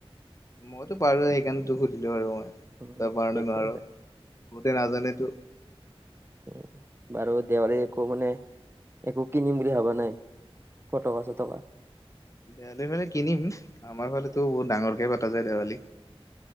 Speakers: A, on the left; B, on the right.
A: মইতো পাৰোৱে সেইকাৰণে তোক সুধিলো আৰু মই,
B: উম,
A: তই পাৰো
B: ঠিকে
A: নে নোৱাৰো
B: আছে।
A: গোটে নাজা টো।
B: উম, বাৰু দেৱালীত একো মানে, একো কিনিম বুলি ভবা নাই। ফটকা চটকা।
A: দেৱালীৰ ফালে কিনিম, আমাৰ ফালেতো বহুত ডাঙৰকে পাতা যায় দেৱালী।